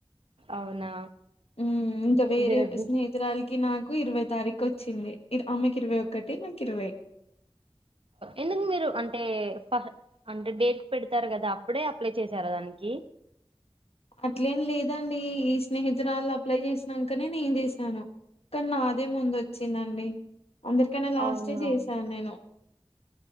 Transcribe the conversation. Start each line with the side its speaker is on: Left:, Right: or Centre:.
Right: అవునా
Left: మ్మ్ ఇంకా వేరే
Right: దురదృ
Left: స్నేహితురాలుకి నా కు ఇరవై తారీకొచ్చింది. ఆమ్మెకి ఇరవై ఒకటి నాకు ఇరవై
Right: ఎందుకు మీరు అంటే ఫ అంటే డేట్ పెడతారు కదా అప్పుడే అప్లై చేశారా దానికి
Left: అట్లేం లేదండి ఈ స్నేహితు ఉత్తరాలు అప్లై చేసినంకనే నేను చేసిశాను కానీ నాదే ముందొచ్చిందండి అందరికన్నా లాస్టే
Right: అవునవును
Left: చేశాను నేను.